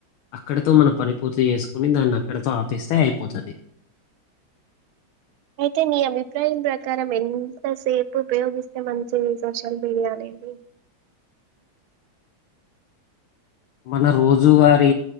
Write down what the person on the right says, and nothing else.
అయితే నీ అభిప్రాయం ప్రకారం ఎంతసేపు ఉపయోగిస్తే మంచిది సోషల్ మీడియాని ఇ